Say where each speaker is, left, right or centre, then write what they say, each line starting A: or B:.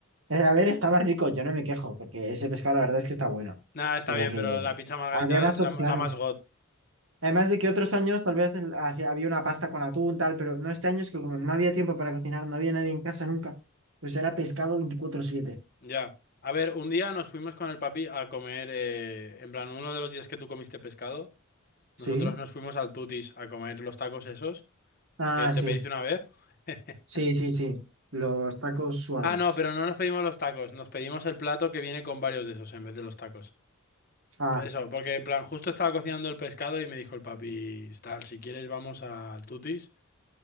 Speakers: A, on the right; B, on the left.
A: Eh, A ver, estaba rico, yo no me quejo, porque ese pescado la verdad es que está bueno,
B: Nada, está
A: pero
B: bien,
A: que
B: pero la pizza margarita
A: habría más
B: es la,
A: opciones.
B: la más god.
A: Además de que otros años tal vez el- hacía- había una pasta con atún, tal, pero no este año es que como no había tiempo para cocinar, no había nadie en casa nunca, pues era pescado veinticuatro siete
B: Ya. A ver, un día nos fuimos con el papi a comer, eh, en plan, uno de los días que tú comiste pescado,
A: ¿Sí?
B: nosotros nos fuimos al Tutis a comer los tacos esos
A: Ah,
B: que te
A: sí,
B: pediste una vez. <laughs>
A: sí, sí, sí, los tacos suaves.
B: Ah, no, pero no nos pedimos los tacos, nos pedimos el plato que viene con varios de esos en vez de los tacos.
A: Ah,
B: Eso, porque en plan, justo estaba cocinando el pescado y me dijo el papi, tal, si quieres vamos al Tutis.